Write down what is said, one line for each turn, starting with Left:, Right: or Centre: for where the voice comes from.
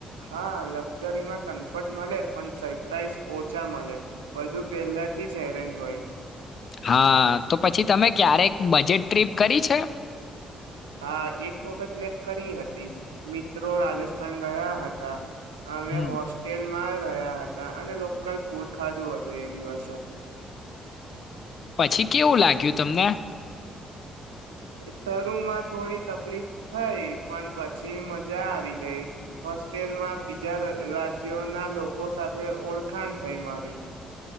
Right: હા લક્ઝરીમાં કમ્ફર્ટ મળે પણ સરપ્રાાઈઝ ઓછા મળે બધું પહેલાથી જ એરેન્જ હોય
Left: હા તો પછી તમે ક્યારેક બજેટ ટ્રીપ કરી છે.
Right: હા એક વખત મેં કરી હતી મિત્રો રાજા સ્થાન ગયા હતા અમે
Left: હમ.
Right: હોસ્ટેલ મા રહ્યા હતા અને લોકલ ફૂડ ખાધું હતું એ દિવસે
Left: પછી કેવું લાગ્યું તમને
Right: શરૂમાં થોડી તકલીફ થઈ પણ પછી મજા આવી ગઈ હોસ્ટેલમાં બીજા રાજ જયો ના લોકો સાથે ઓળખાણ થઈ મારી.